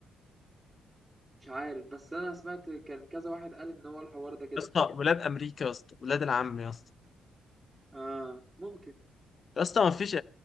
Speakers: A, on the right (about 20°); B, on the left (about 45°).
A: مش عارف بس انا سمعت كان كذا واحد قال ان هو الحوار ده كده
B: يا اسطى ولاد امريكا يا اسطى ولاد العم يا اسطى
A: اه ممكن
B: يا اسطى ما فيش